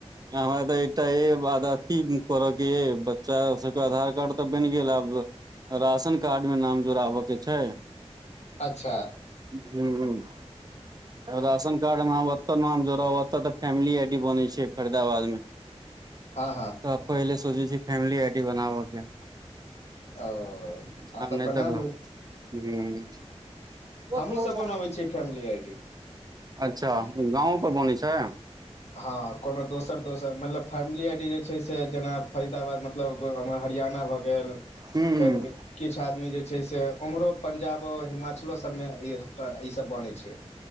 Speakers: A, on the right (about 35°); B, on the left (about 70°).
A: हमरा तऽ एकटा एब अथी करऽ के यै बच्चा सबके आधार कार्ड तऽ बनि गेल आब राशन कार्डमे नाम जोड़ाबऽ के छै
B: अच्छा
A: हूंम्म हूंम्म राशन कार्ड मे आब ओतऽ नाम जोड़ाउ ओत तऽ फैमिली आई डी बनै छै फरीदाबाद मे
B: हँ हँ
A: आब पहिले सोचै छी फैमिली आई डी बनाबऽ के
B: ओ हँ
A: आ नहि
B: बना
A: तऽ
B: लू
A: घर हूंम्म <unintelligible>
B: हमहूँ सब बनबै छियै फैमिली आइडी
A: अच्छा गाँवो पर बनै छै
B: हँ कोनो दोसर दोसर मतलब फैमिली आडी जे छै से जेना फरीदाबाद मतलब मतलब मे हरियाणा भऽ गेल
A: हूँ हूँ
B: फेर किछु आदमी जे छै से उम्हरो पंजाबो हिमाचलो सब मे ई सब बनै छै।